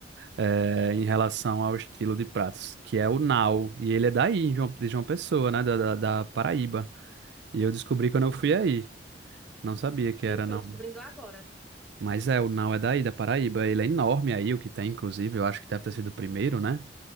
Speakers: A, on the right; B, in the centre.
A: é, em relação ao estilo de pratos, que é o nau. E ele é daí, de João de João Pessoa, né? Da, da, da Paraíba. E eu descobri quando eu fui aí. Não sabia que
B: Eu
A: era,
B: estou
A: não.
B: descobrindo agora.
A: Mas é, o nau é daí, da Paraíba. Ele é enorme aí, o que tem, inclusive. Eu acho que deve ter sido o primeiro, né?